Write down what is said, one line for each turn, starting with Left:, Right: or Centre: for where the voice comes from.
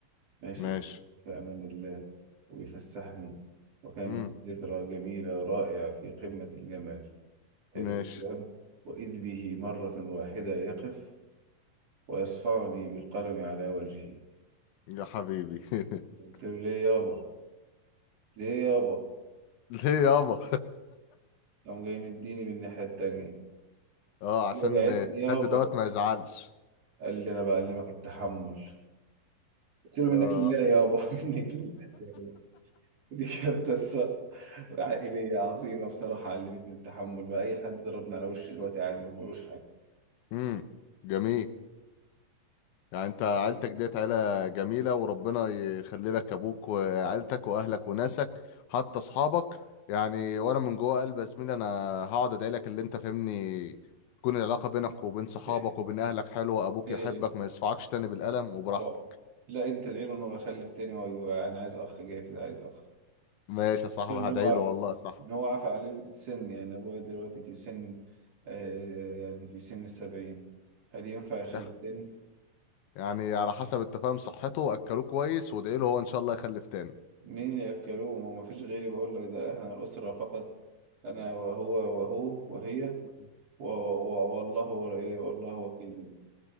Right: ماشي
Left: ماشي
Right: في امان الله ويفسحني وكانت
Left: امم
Right: ذكرى جميله رائعه في قمه الجمال حلو
Left: ماشي
Right: الكلام واذ به مره واحده يقف ويصفعني بالقلم على وجهي
Left: يا حبيبي <laughs>
Right: قلت له ليه يابا ليه يابا
Left: ليه يابا
Right: قام جاي مديني من الناحية التانية
Left: <laughs> اه عشان
Right: وجعتني يابا
Left: حد دوت ما يزعلش
Right: قال لي أنا بعلمك التحمل قلت له منك
Left: اه
Right: لله يابا <laughs> منك لله يابا. دي كانت قصة عائلية عظيمة بصراحة علمتني التحمل بقى أي حد ضربني على وشي دلوقتي عادي ما بقولوش حاجة
Left: امم جميل يعني انت عيلتك ديت عيلة جميلة وربنا يخلي لك ابوك وعيلتك واهلك وناسك حتى اصحابك يعني وانا من جوه قلبي يا زميلي انا هقعد ادعي لك اللي انت فاهمني تكون العلاقة بينك وبين صحابك
Right: إيه
Left: وبين اهلك حلوة ابوك
Right: إيه
Left: يحبك ما يصفعكش تاني بالقلم وبراحتك
Right: بقى. لا أنت ليه أنا بخلف تاني وأنا عايز أخ جاي في ده عايز أخ
Left: ماشي يا صاحبي
Right: مشكلة ان
Left: هدعي
Right: هو
Left: له والله صح
Right: ان هو عفى عليه السن يعني ابويا دلوقتي في سن آه يعني في سن السبعين هل ينفع يخلف
Left: ده
Right: تاني؟
Left: يعني على حسب التفاهم صحته اكلوه كويس وادعي له هو ان شاء الله يخلف تاني
Right: مين اللي يأكلوه ما ما فيش غيري بقول لك ده احنا أسرة فقط انا وهو وهو وهي
Left: <laughs>
Right: و- و- والله ور- إيه والله وكيل